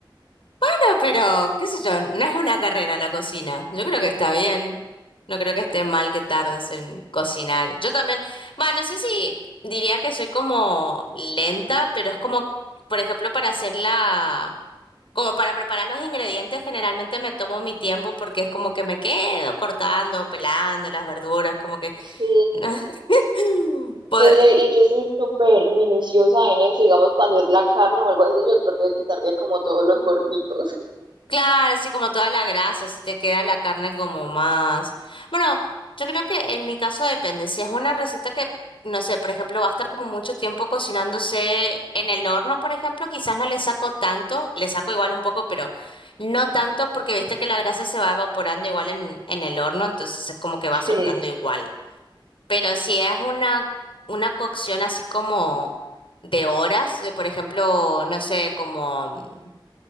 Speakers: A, on the left; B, on the right.
A: Bueno, pero, qué sé yo, no es una carrera la cocina. Yo creo que está bien. No creo que esté mal que tardes en cocinar. Yo también, bueno, no sé si diría que soy como lenta, pero es como, por ejemplo, para hacer la, como para preparar los ingredientes, generalmente me tomo mi tiempo porque es como que me quedo cortando, pelando las verduras, como que...
B: Sí,
A: <laughs> pod-
B: yo soy, y yo soy súper minuciosa en eso, digamos, cuando es la carne o algo así, yo trato de quitarle como todos los gorditos.
A: Claro, así como toda la grasa, así te queda la carne como más. Bueno, yo creo que en mi caso depende. Si es una receta que, no sé, por ejemplo, va a estar como mucho tiempo cocinándose en el horno, por ejemplo, quizás no le saco tanto, le saco igual un poco, pero no
B: Mm.
A: tanto porque viste que la grasa se va evaporando igual en, en el horno, entonces es como que
B: Sí,
A: va soltando igual. Pero si es una, una cocción así como de horas, de por ejemplo, no sé, como mm,